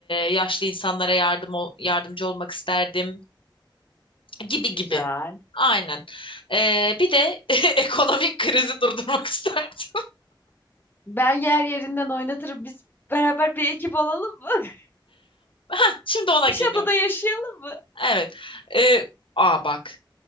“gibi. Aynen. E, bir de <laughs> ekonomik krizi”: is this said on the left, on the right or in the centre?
Left